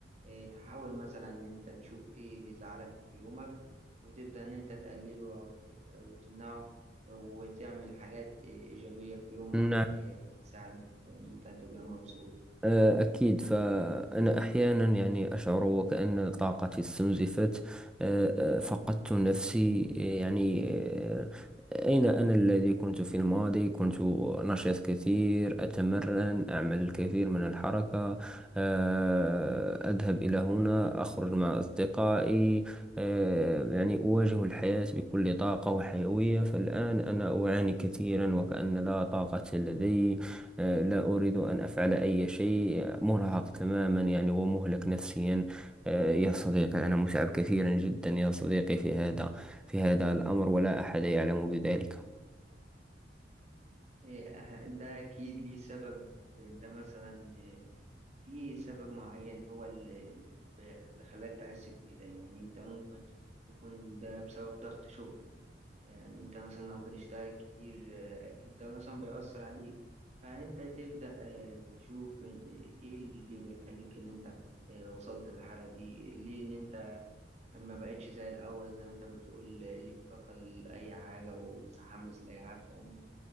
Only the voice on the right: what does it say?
إيه تحاول مثلا إن أنت تشوف إيه بيزعلك في يومك وتبدأ إن أنت تقلله أو تبدأ وتمنعه وتعمل حاجات إيه إيجابية في يومك
إيه تساعدك إن أنت تبقى مبسوط
إيه أه- ده أكيد ليه سبب أنت مثلا إيه، في سبب معين هو اللي اللي ب- اللي خلاك تحس بكده يعني أنت ممكن يكون ده بسبب ضغط شغل يعني انت مثلا لو بتشتغل كتير آه، اكيد ده مثلا بيأثر عليك فانت تبدأ آه، تشوف إن- ايه اللي بيخليك ان انت آه، وصلت للحالة دي ليه ان انت ما بقتش زي الاول زي ما انت بتقول آه، ليك طاقة لأي حاجة ومتحمس لأي حاجة بتعملها